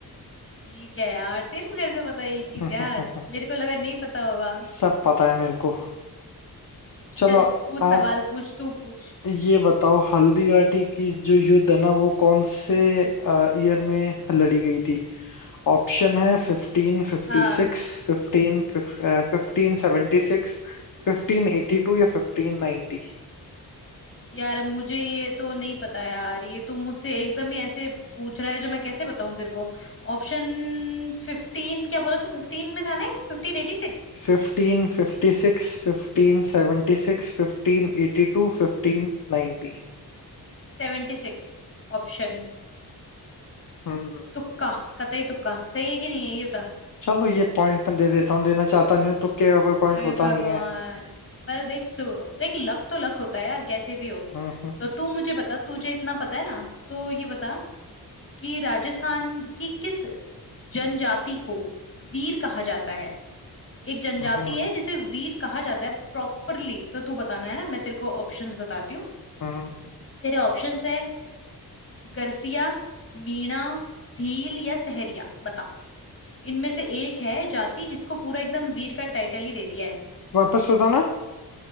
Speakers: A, on the left; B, on the left.
A: ठीक है यार तेरे को कैसे पता ये चीज
B: हम्म,
A: यार
B: हम्म,
A: मेरे को लगा नहीं पता होगा
B: सब पता है मेरे को चलो
A: चल पूछ
B: आप
A: सवाल पूछ तू पूछ
B: ये बताओ हल्दी घाटी की जो युद्ध है ना वो कौन से ईयर में लड़ी गई थी ऑप्शन है फिफ्टीन फिफ्टी
A: हाँ
B: सिक्स फिफ्टीन फिफ्टीन सेवेंटी सिक्स fifteen eighty to या फिफ्टीन नाइन्टी
A: यार अब मुझे ये तो नहीं पता यार ये तो मुझसे एकदम ही ऐसे पूछ रहा है जो मैं कैसे बताऊं तेरे को ऑप्शन फिफ्टीन क्या बोला तो फिफ्टीन में था ना एक fifteen eighty six
B: फिफ्टीन फिफ्टी सिक्स फिफ्टीन सेवेंटी सिक्स फिफ्टीन एटी टू Fifteen नाइन्टी
A: Seventy six Option
B: हम्म
A: तुक्का कतई तुक्का सही है कि नहीं है ये बता
B: चलो ये पॉइंट मैं दे देता हूँ देना चाहता नहीं हूँ तुक्के का कोई पॉइंट
A: अरे
B: होता
A: भगवान
B: नहीं है
A: पर देख तू देख लक तो लक होता है यार कैसे भी हो
B: हम्म हम्म
A: तो तू मुझे बता तुझे इतना पता है ना तो ये बता कि राजस्थान की किस जनजाति को वीर कहा जाता है एक जनजाति
B: हम्म
A: है जिसे वीर कहा जाता है प्रॉपरली तो तू बताना है ना मैं तेरे को ऑप्शंस बताती हूँ
B: हम्म।
A: तेरे ऑप्शंस है गरसिया मीणा भील या सहरिया बता इनमें से एक है जाति जिसको पूरा एकदम वीर का टाइटल ही दे दिया है
B: वापस बताना